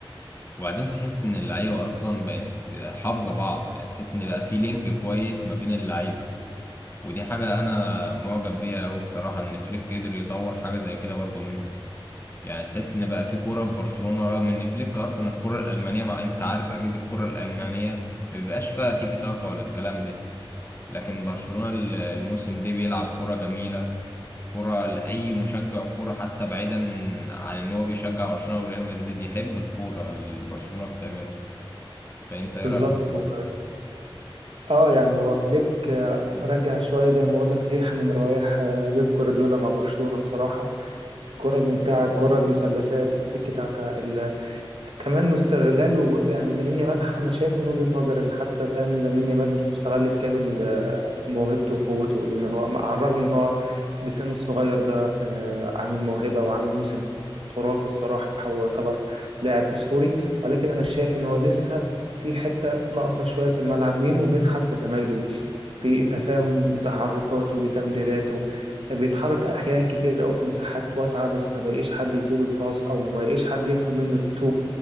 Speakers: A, on the left (about 25°); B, on the right (about 80°).
A: وبعدين تحس إن اللعيبة أصلا بقت حافظة بعض يعني تحس إن بقى في لينك كويس ما بين اللعيبة ودي حاجة أنا معجب بيها أوي بصراحة إن فليك قدر يطور حاجة زي كده برضو منهم يعني تحس إن بقى في كورة في برشلونة رغم إن فليك أصلا الكرة الألمانية ما أنت عارف أكيد الكرة الألمانية ما بيبقاش فيها تيكي تاكا ولا الكلام ده لكن برشلونة الموسم ده بيلعب كرة جميلة كرة لأي مشجع كرة حتى بعيدا عن إن هو بيشجع برشلونة وريال مدريد يحب الكورة اللي برشلونة بتعملها فأنت إيه
B: بالظبط
A: رأيك في الموضوع
B: و...
A: ده؟
B: اه يعني هو فليك آه، رجع شوية زي ما بقول لك ريحة من روايح آه، بيب جوارديولا مع برشلونة الصراحة الكرة الممتعة الكرة المثلثات التيكي تاكا ال... كمان استغلال وجو... يعني لامين يامال أنا شايف من وجهة نظري إن حتى الآن لامين يامال مش مستغل بكامل موهبته وقوته لأن هو على الرغم من هو بسنه الصغير ده آه، عامل موهبة وعامل موسم خرافي الصراحة ويعتبر لاعب أسطوري ولكن أنا شايف إن هو لسه في حتة ناقصة شوية في الملعب بينه وبين حتى زمايله في تفاهم لتحركاته لتمريراته بيتحرك أحيانا كتير أوي في مساحات واسعة بس ما بيلاقيش حد يديله الباص أو ما يلاقيش حد ياخد منه التو